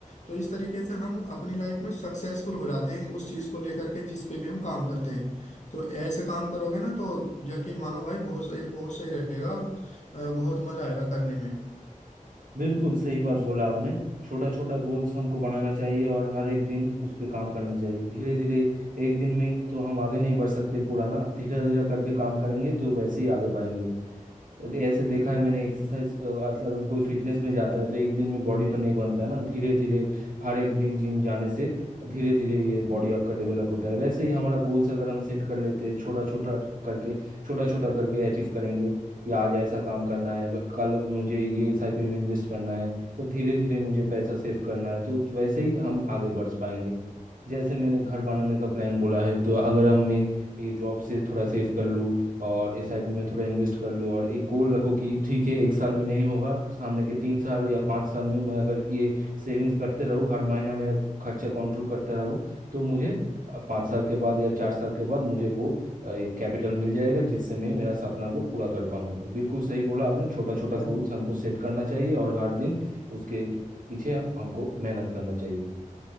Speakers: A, on the left; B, on the right.
A: तो इस तरीके से हम अपनी लाइफ में सक्सेसफुल हो जाते हैं उस चीज को लेकर के जिस पे भी हम काम करते हैं तो ऐसे काम करोगे ना तो यकीन मानो भाई बहुत सही बहुत सही रहेगा और अ, बहुत मजा आएगा करने
B: बिल्कुल सही बात बोला आपने छोटा छोटा गोल्स हमको बनाना चाहिए और हर एक दिन उस पर काम करना चाहिए धीरे धीरे एक दिन में ही तो हम आगे नहीं बढ़ सकते पुराना धीरे धीरे करके काम करेंगे तो वैसे ही आगे बढ़ेंगे तो ऐसे देखा है मैंने एक्सरसाइज अगर कोई फिटनेस में जाता है तो एक दिन में बॉडी तो नहीं बनता है ना धीरे धीरे हर एक दिन जिम जाने से धीरे धीरे ये बॉडी आपका डेवलप होता है वैसे ही हमारा गोल्स अगर हम सेट कर लेते हैं छोटा छोटा करके छोटा छोटा करके अचीव करेंगे कि आज ऐसा काम करना है व- कल मुझे ये एसआईपी में इन्वेस्ट करना है तो धीरे धीरे मुझे पैसा सेव करना है तो वैसे ही हम आगे बढ़ पाएंगे जैसे मैंने घर बनाने का प्लान बोला है तो अगर हम मैं ये जॉब से थोड़ा सेव कर लूँ और इस साइड में मैं थोड़ा इन्वेस्ट कर लूँ और एक गोल रखूँ कि ठीक है एक साल में नहीं होगा सामने के तीन साल या पाँच साल में मैं अगर ये सेविंग्स करते रहूँ हर महीना मेरा खर्चा कंट्रोल करता रहूँ तो मुझे अ, पाँच साल के बाद या चार साल के बाद मुझे वो अ, एक कैपिटल मिल जाएगा जिससे मैं मेरा सपना को पूरा कर पाऊंगा बिल्कुल सही बोला आपने छोटा छोटा
A: में
B: गोल्स हमको सेट करना चाहिए और हर दिन उसके पीछे हमको मेहनत करना चाहिए